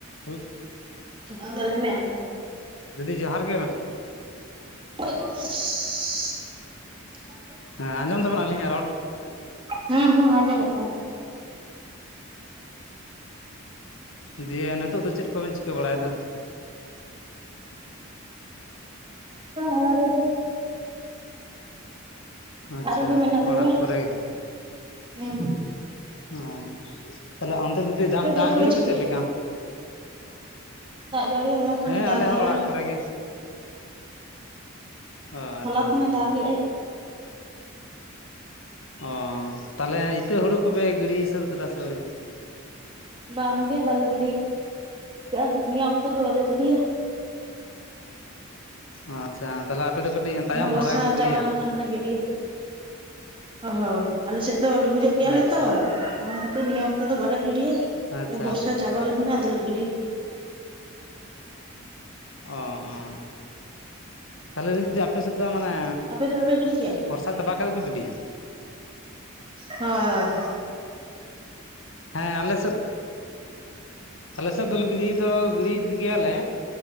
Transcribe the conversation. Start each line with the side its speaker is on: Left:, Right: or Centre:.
Left: ᱦᱮᱸ
Right: ᱦᱮᱞᱳ ᱦᱮᱸ ᱢᱮᱢ
Left: ᱫᱤᱫᱤ ᱡᱚᱦᱟᱨ ᱜᱮ
Right: ᱻ
Left: ᱦᱮᱸ ᱟᱸᱡᱚᱢ ᱫᱟᱵᱤᱱ ᱟᱞᱤᱧᱟᱜ ᱨᱚᱲ
Right: ᱦᱮᱸ ᱦᱮᱸ ᱟᱸᱡᱚᱢᱚᱜᱼᱠᱟᱱᱟ
Left: ᱚ ᱫᱤᱭᱮ ᱱᱤᱛᱚᱜ ᱫᱚ ᱪᱮᱫ ᱠᱚᱵᱤᱱ ᱪᱤᱠᱟᱹ ᱵᱟᱲᱟᱭ ᱫᱟ <inaudible>
Right: ᱚᱲᱟᱜ ᱨᱮᱜᱮ
Left: ᱟᱪᱪᱷᱟ
Right: ᱚᱲᱟᱜ ᱨᱮᱜᱮ ᱢᱮᱱᱟᱜ ᱞᱮᱭᱟ
Left: ᱚᱲᱟᱜ ᱠᱚᱨᱮ
Right: ᱦᱮᱸ
Left: ᱦᱚ ᱛᱟᱦᱞᱮ ᱚᱱᱛᱮ
Right: ᱟᱯᱮ
Left: ᱫᱟᱜ
Right: ᱠᱚᱯᱮ
Left: ᱡᱟᱹᱲᱤ
Right: ᱪᱤᱠᱟᱹᱭᱮᱜᱼᱟ
Left: ᱠᱚ ᱪᱮᱫ ᱞᱮᱠᱟ
Right: ᱡᱟᱹᱰᱤ ᱦᱚᱞᱟ ᱠᱷᱚᱱᱮ
Left: ᱦᱮᱸ
Right: ᱫᱟᱜᱮᱜ
Left: ᱟᱞᱮ ᱦᱚᱸ ᱚᱲᱟᱜ
Right: ᱟᱭ
Left: ᱠᱚᱨᱮ ᱜᱮ ᱚ
Right: ᱦᱚᱞᱟ
Left: ᱟᱪᱪᱷᱟ
Right: ᱠᱷᱚᱱᱮ
Left: ᱟᱪᱪᱷᱟ
Right: ᱫᱟᱜᱮᱜᱼᱟᱭ
Left: ᱚ ᱛᱟᱦᱚᱞᱮ ᱤᱛᱟᱹ ᱦᱩᱲᱩ ᱠᱚᱯᱮ ᱜᱤᱲᱤ ᱥᱟᱹᱛ ᱠᱮᱫᱟ ᱥᱮ ᱟᱹᱣᱨᱤ
Right: ᱵᱟᱝ ᱜᱮ ᱵᱟᱞᱮ ᱜᱤᱰᱤ ᱠᱟᱜ ᱟ ᱱᱤᱭᱟᱹ ᱚᱠᱛᱚ ᱫᱚ ᱵᱟᱞᱮ ᱜᱤᱰᱤᱭᱟ ᱻ
Left: ᱚ ᱟᱪᱪᱷᱟ ᱛᱟᱦᱞᱮ ᱟᱯᱮ ᱫᱚ ᱠᱟᱹᱴᱤᱡ ᱛᱟᱭᱚᱢ
Right: ᱵᱚᱨᱥᱟ
Left: ᱫᱷᱟᱨᱟ ᱜᱮᱯᱮ ᱜᱤᱲᱤᱭᱟ
Right: ᱪᱟᱵᱟ ᱞᱮᱱᱠᱷᱟᱱ ᱞᱮ ᱜᱤᱰᱤᱭᱟ ᱦᱳᱭ ᱦᱳᱭ ᱟᱞᱮ ᱥᱮᱫ ᱫᱚ ᱰᱩᱵᱩᱡᱚᱜ ᱜᱮᱭᱟᱞᱮ
Left: ᱟᱪᱪᱷᱟ
Right: ᱛᱚ ᱚᱱᱟ ᱠᱷᱟᱛᱤᱨ ᱱᱤᱭᱟᱹ ᱚᱠᱛᱚ ᱫᱚ ᱵᱟᱞᱮ ᱜᱤᱰᱤᱭᱟ
Left: ᱟᱪᱪᱷᱟ
Right: ᱵᱚᱨᱥᱟ ᱪᱟᱵᱟ ᱞᱮᱱ ᱠᱟᱱ ᱜᱤᱰᱤ
Left: ᱚ ᱚ ᱛᱟᱦᱚᱞᱮ ᱫᱤᱫᱤ ᱟᱯᱮ ᱥᱮᱫ ᱫᱚ ᱢᱟᱱᱮ
Right: ᱟᱯᱮ ᱥᱮᱫ ᱫᱚᱯᱮ ᱜᱤᱰᱤ ᱠᱮᱜᱼᱟ
Left: ᱵᱚᱨᱥᱟ ᱪᱟᱵᱟ ᱠᱟᱛᱮ ᱯᱮ ᱜᱤᱰᱤᱭᱟ
Right: ᱦᱳᱭ ᱦᱳᱭ
Left: ᱦᱮᱸ ᱟᱞᱮ ᱥᱮᱫ ᱟᱞᱮ ᱥᱮᱫ ᱫᱚ ᱜᱤᱲᱤ ᱫᱚ ᱜᱤᱰᱤᱭᱮᱫ ᱜᱮᱭᱟᱞᱮ